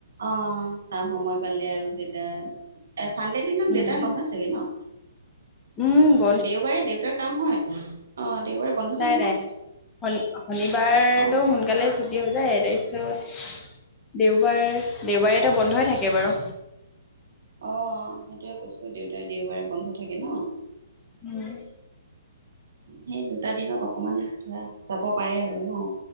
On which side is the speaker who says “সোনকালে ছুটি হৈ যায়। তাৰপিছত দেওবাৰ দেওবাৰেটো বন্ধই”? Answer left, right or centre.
Left